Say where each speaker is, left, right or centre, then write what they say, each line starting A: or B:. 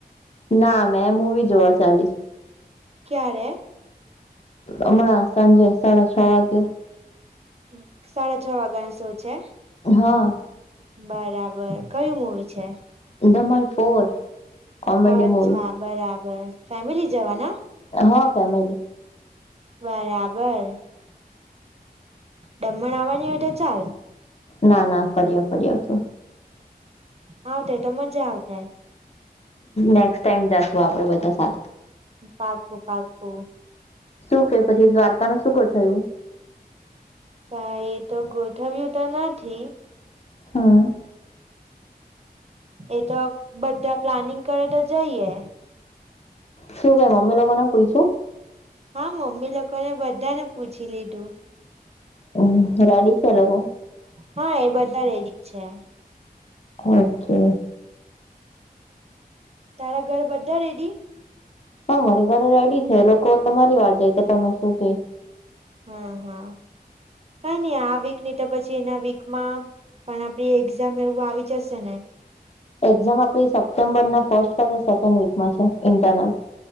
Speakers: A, on the left; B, on the right.
A: ના મેં મૂવી જોવા ચાલીશ.
B: ક્યારે?
A: હમણાં સાંજે સાડા છ વાગે.
B: હમ સાડા છ વાગાનો શો છે?
A: હા
B: બરાબર. કયું મુવી છે?
A: દમલ ફોર. કોમેડી
B: અચ્છા
A: મૂવી છે.
B: બરાબર. ફેમિલી જવાના?
A: હા ફેમિલી.
B: બરાબર. દમણ આવવાની હોય તો ચાલ.
A: ના ના ફરી આવ ફરી આવ તું.
B: હા તો તો મજા આવતે.
A: નેક્સ્ટ ટાઈમ જાશું આપડે બધા સા
B: પાકું પાકું.
A: શું કે પછી દ્વારકા નુ શું કાય થયું?
B: કાય એ તો ગોઠવીયુ તો નથી.
A: હમ્મ.
B: એ તો બધા પ્લાનિંગ કરે તો જઈએ.
A: શું કઈ મમ્મી લોકો ને પૂઇછું?
B: હા મમ્મી લોકોને બધા ને પૂછી લીધું.
A: અમ રેડી છે એ લોકો?
B: હા એ બધા રેડી જ છે.
A: ઓકે.
B: તારા ઘરે બધા રેડી?
A: હા મારી ઘરે રેડી છે લોકો, તમારી વાર જાય કે તમે શું કે.
B: હા હા કઈ નહી આ વીક ની તો પછી એના વીકમાં પણ આપડી એક્ઝામ એવું આવી જશે ને.
A: એક્ઝામ આપડી સપ્ટેમ્બર ના ફર્સ્ટ કા ત સેકન્ડ વીકમાં છે ઇન્ટરનલ.